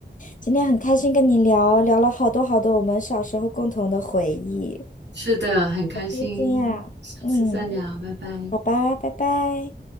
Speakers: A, on the left (about 45°); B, on the right (about 70°).
A: 今天很开心跟你聊，聊了好多好多我们小时候共同的回忆，
B: 是的，很开心，
A: 好开心呀！
B: 下次再聊，
A: 嗯，
B: 拜拜。
A: 好吧，拜拜。